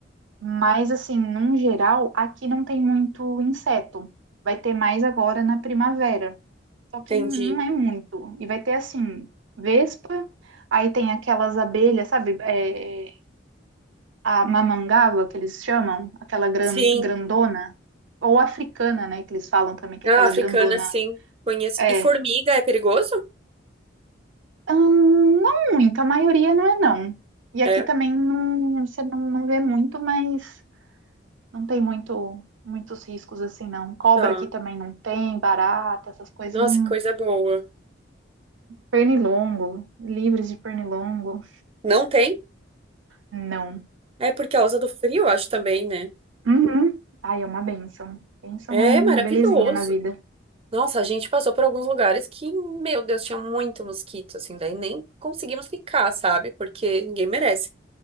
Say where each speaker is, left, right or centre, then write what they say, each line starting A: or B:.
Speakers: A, on the right; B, on the right.
A: Mas, assim, num geral, aqui não tem muito inseto. Vai ter mais agora na primavera. Só que
B: entendi.
A: não é muito. E vai ter assim, vespa, aí tem aquelas abelhas, sabe? É, a mamangava, que eles chamam, aquela gran,
B: Sim.
A: grandona, ou africana, né? Que eles falam também, que
B: Ah,
A: é aquela
B: africana,
A: grandona
B: sim. Conheço.
A: é.
B: E formiga é perigoso?
A: Hum, não muito, a maioria não é não. E aqui
B: É.
A: também não, você não, não vê muito, mas não tem muito, muitos riscos assim, não. Cobra
B: Tá.
A: aqui também não tem, barata, essas coisas.
B: Nossa,
A: Hum,
B: coisa boa.
A: pernilongo, livres de pernilongo,
B: Não tem?
A: não.
B: É por causa do frio, eu acho também, né?
A: Uhum. Ai, é uma bênção. Pensa
B: É
A: uma,
B: maravilhoso.
A: uma belezinha na vida.
B: Nossa, a gente passou por alguns lugares que, meu Deus, tinha muito mosquito, assim, daí nem conseguimos ficar, sabe? Porque ninguém merece.